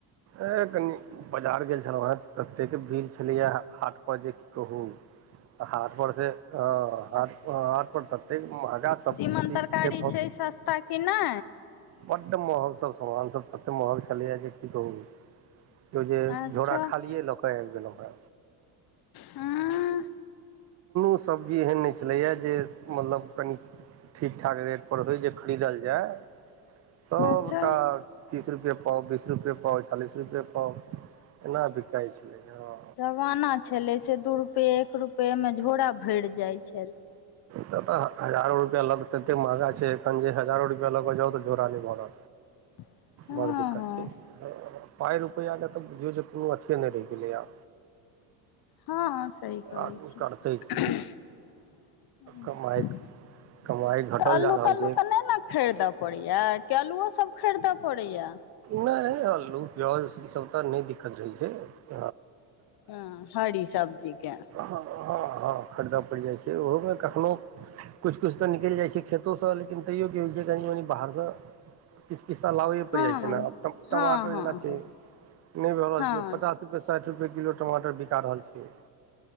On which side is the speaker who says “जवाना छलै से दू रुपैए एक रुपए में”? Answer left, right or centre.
Left